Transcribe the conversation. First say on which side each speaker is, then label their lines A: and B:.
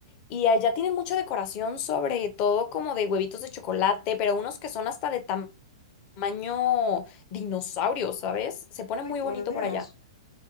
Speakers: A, on the left; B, on the left.
A: Y allá tienen mucha decoración, sobre todo como de huevitos de chocolate, pero unos que son hasta de tam- tamaño dinosaurio, ¿sabes? Se pone
B: Ay,
A: muy
B: por
A: bonito
B: Dios.
A: por allá.